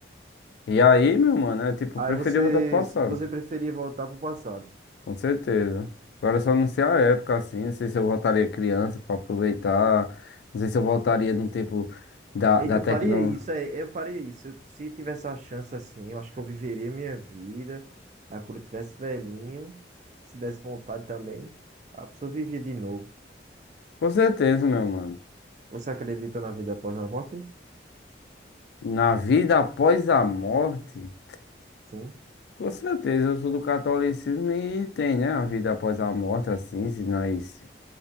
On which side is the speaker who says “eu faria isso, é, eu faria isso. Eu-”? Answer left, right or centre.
Right